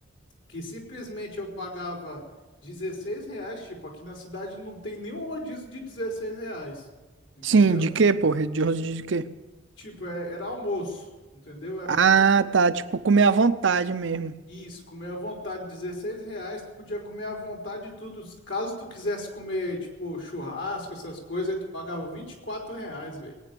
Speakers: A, on the left; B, on the right.
A: que simplesmente eu pagava 16 reais. Tipo, aqui na cidade não tem nenhum rodízio de 16 reais. Entendeu?
B: Sim, de quê, pô? De rosto de quê?
A: Tipo, é- era almoço. Entendeu? Era
B: Ah,
A: tipo um.
B: tá. Tipo, comer à vontade mesmo.
A: Isso, comer à vontade, 16 reais, tu podia comer à vontade tudo. Caso tu quisesse comer, tipo, churrasco, essas coisas, aí tu pagava 24 reais, velho.